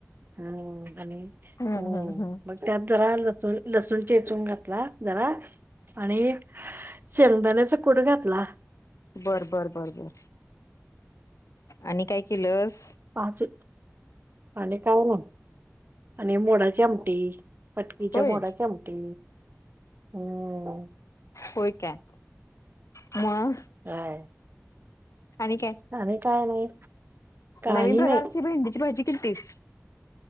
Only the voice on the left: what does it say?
हम्म
हम्म हम्म
बरं-बर, बरं-बर आणि काय केलंस?
होय
होय का? मग
आणि काय,
नवीन प्रकारची
भेंडीची भाजी केलतीस?